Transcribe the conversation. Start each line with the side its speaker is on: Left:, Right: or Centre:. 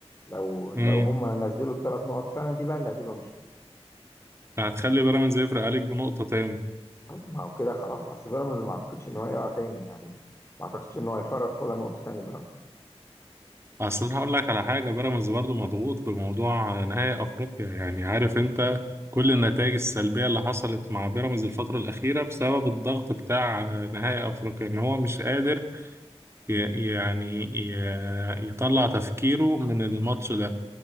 Left: لو لو
Right: امم
Left: هم نزلوا الثلاث نقط فعلا دي بقى اللي هتبقى مشكله
Right: هتخلي بيراميدز يفرق عليك بنقطه تاني
Left: طيب ما هو كده خلاص اصل بيراميدز ما اعتقدش ان هو هيقع تاني يعني ما اعتقدش ان هو هيفرط في ولا نقطه تاني بيراميدز
Right: اصل انا هقول لك على حاجه بيراميدز برضو مضغوط بموضوع نهائي افريقيا يعني عارف انت كل النتائج السلبيه اللي حصلت مع بيراميدز الفتره الاخيره بسبب الضغط بتاع نهائي افريقيا ان هو مش قادر ي- يعني ي- يطلع تفكيره من الماتش ده